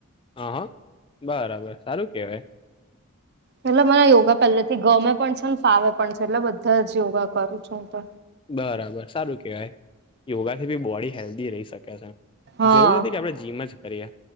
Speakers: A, on the left; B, on the right.
A: હા હા બરાબર સારું કેહેવાય.
B: એટલે મને યોગા પહેલે થી ગમે પણ છે ને ફાવે પણ છે એટલે બધા જ યોગા કરું છું હું તો.
A: બરાબર સારું કેહેવાય યોગાથી બી બોડી હેલ્ધી રહી શકે છે.
B: હા
A: જરૂર નથી કે આપડે જીમ અજ કરીએ.